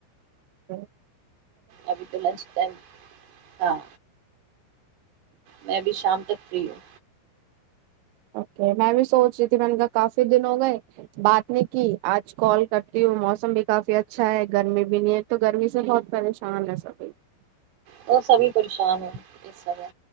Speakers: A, on the right; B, on the right.
A: تو
B: ابھی تو لنچ ٹائم ہاں میں بھی شام تک فری ہوں
A: اوکے میں بھی سوچ رہی تھی میں نے کہ کافی دن ہو گئے بات نہیں کی آج کال کرتی ہوں موسم بھی کافی اچھا ہے گرمی بھی نہیں ہے تو گرمی سے بہت پریشان رہ سکے
B: وہ سبھی پریشان ہیں اس سبح